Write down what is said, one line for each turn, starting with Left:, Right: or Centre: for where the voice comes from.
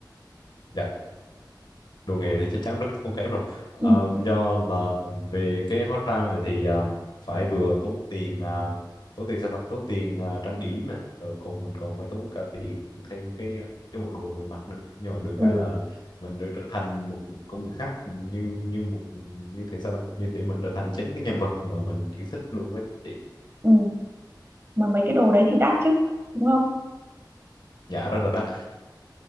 Left: dạ đồ nghề thì chắc chắn rất không kém rồi Ờm,
Right: ừ,
Left: do là về cái hóa trang này thì à, phải vừa tốn tiền à, tốn tiền sao ta tốn tiền à, trang điểm này rồi còn mình còn phải tốn cả tiền thêm cái à, cái bộ đồ mình mặc nữa nhưng mà được
Right: ừ,
Left: cái là mình được trở thành một con người khác như như một như thế sao ta như thế mình trở thành chính cái nhân vật mà mình yêu thích luôn á chị
Right: ừ. mà mấy cái đồ đấy thì đắt chứ đúng không
Left: dạ rất là đắt